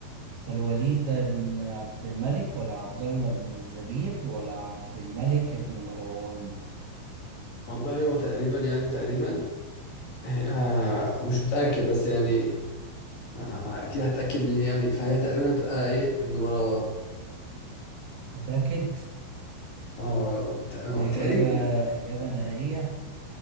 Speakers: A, on the right; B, on the left.
A: فالوليد ده بن عبد الملك ولا عبد الله بن الزبير ولا عبد الملك بن مروان
B: والله هو تقريبا يعني تقريبا هي آه مش متأكد بس يعني ما- اكيد هتأكد منين يعني فهي تقريبا هتبقى ايه ابن مروان
A: متأكد
B: اه تق-
A: إجابة
B: تقريبا
A: إجابة نهائية